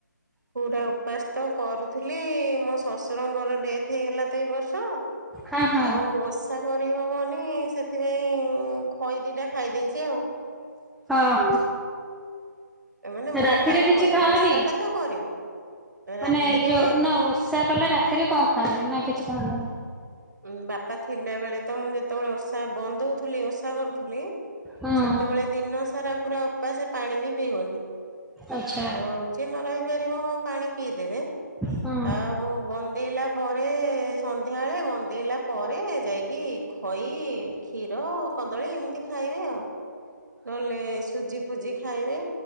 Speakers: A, on the right; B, in the centre.
A: ପୁରା ଉପାସ ତ କରୁଥିଲି ମୋ ଶଶୁରଙ୍କର ଡେଥ ହେଇଗଲା ତ ଏଇ ବର୍ଷ।
B: ହଁ ହଁ
A: ଆଉ ଓଷା କରିହବନି ସେଥିପାଇଁ ଖଇ ଦିଟା ଖାଇ ଦେଇଛି ଆଉ।
B: ଆହ
A: ମାନେ ବନ୍ଦା
B: ରାତିରେ
A: ହବନି
B: କିଛି ଖାଅନି
A: ଓଷା ଟା ତ କରିବୁ ରାତିରେ
B: ମାନେ ଯୋଉ ନୋ ଓ ସା କଲେ ରାତିରେ କଣ ଖାଆନ୍ତି ନା କିଛି ଖଆନ୍ତିନି?
A: ଉ ବାପା ଥିଲା ବେଳେ ତ ମୁଁ ଯେତେବେଳେ ଓଷା ବନ୍ଦ ହଉଥିଲି ଓଷା କରୁଥିଲି।
B: ହୁଁ
A: ସେତେବେଳେ ଦିନ ସାରା ପୁରା ଉପାସ ପାଣି ବି ପିଇବନି।
B: ଆଛା।
A: ଆଉ ଯିଏ ନ ରହିପାରିବ ହଁ ପାଣି ପିଇଦେବେ
B: ହୁଁ
A: ଆଉ ବ ନ୍ଦେଇଲା ପରେ ସନ୍ଧ୍ୟାବେଳେ ବନ୍ଦ ଦେଇଲା ପରେ ଯାଇକି ଖଇ କ୍ଷୀର କଦଳୀ ଏମିତି ଖାଇବେ ଆଉ। ନହେଲେ ସୁଜି ଫୁଜି ଖାଇବେ